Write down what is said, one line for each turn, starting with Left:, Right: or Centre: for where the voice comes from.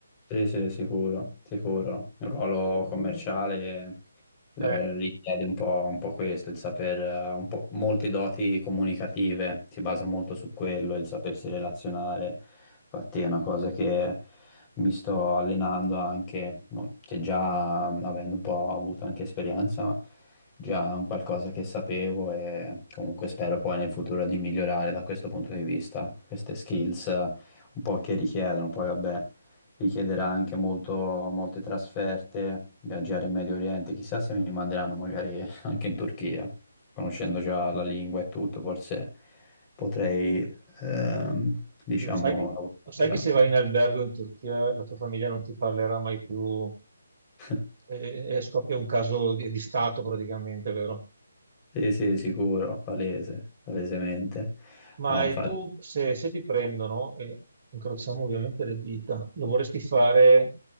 Left: Sì, sì, sicuro, sicuro. Il ruolo commerciale eh,
Right: Eh,
Left: richiede un po', un po' questo, il saper, eh, un po' molte doti comunicative, si basa molto su quello, il sapersi relazionare. Infatti è una cosa che mi sto allenando anche, no, che già avendo un po' avuto anche esperienza, ma già è un qualcosa che sapevo e comunque spero poi nel futuro di migliorare da questo punto di vista, queste skills eh, un po' che richiedono, poi vabbè richiederà anche molto, molte trasferte, viaggiare in Medio Oriente, chissà se mi manderanno magari <laughs> anche in Turchia, conoscendo già la lingua e tutto, forse potrei, ehm, diciamo,
Right: lo sai che,
Left: lavorare
Right: lo
Left: anche
Right: sai
Left: là.
Right: che se vai in albergo in Turchia la tua famiglia non ti parlerà mai più
Left: <laughs>
Right: e, e scoppia un caso di di stato praticamente, vero?
Left: Sì, sì, sicuro, palese, palesemente.
Right: Ma
Left: No, infatti.
Right: e tu, se, se ti prendono, e incrociamo ovviamente le dita, lo vorresti fare